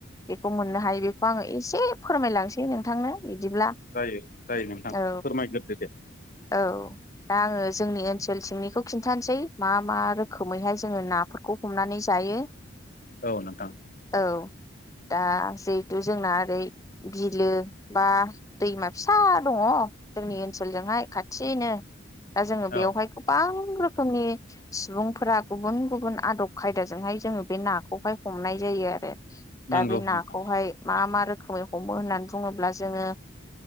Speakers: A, on the left; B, on the left.
A: बेखौ मोननो हायो बेखौ आङो ऐसे फोरमायलांसै नोंथांनो। बिदिब्ला।
B: जायो जायो नोंथां
A: औ
B: फोरमायग्रोदो दे
A: औ दा आङो जोंनि ओनसोल सिंनिखौ खिन्थानोसै मा मा रोखोमैहाय। <unintelligible> जोङो नाफोरखौ हमनानै जायो
B: औ नोंथां
A: औ दा जिहेथु जोंना ओरै बिलो बा दैमा फिसा दङ जोंनि ओनसोलजोंहाय खाथिनो। दा जोङो बेवहाय
B: औ
A: गोबां रोखोमनि सिबुंफोरा। गुबुन गुबुन आदब खायदाजोंहाय जोङो बे नाखौहाय हमनाय जायो आरो। दा
B: नंगौ
A: बे नाखौहाय
B: नोंथां
A: मा मा रोखोमै। हमो होननानै बुङोब्ला जोङो